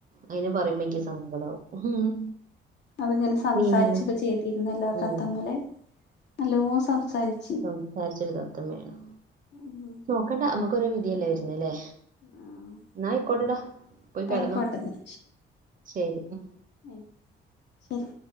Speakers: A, on the right (about 45°); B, on the left (about 60°).
A: അയിന് പറയുമ്പോക്ക് എൻക്ക് സങ്കടാവും ഉം
B: അത്ങ്ങനെ സംസാരിച്ചൊക്കെ
A: പിന്നെ
B: ചെയ്തിരുന്നല്ലേ ആ
A: ഉം
B: തത്തമ്മെല്ലേ, നല്ലോണം സംസാരിച്ച
A: സംസാരിച്ച ഒരു തത്തമ്മയാണ്,
B: ഉം
A: നോക്കണ്ട നമക്കൊരോ വിധിയല്ലേ വരുന്ന അല്ലേ?
B: ആഹ്
A: എന്നായിക്കോട്ടെടാ പോയി കെടന്നോ.
B: ആയിക്കോട്ടെന്നാ
A: ശരി ഉം
B: ഉം ശരി.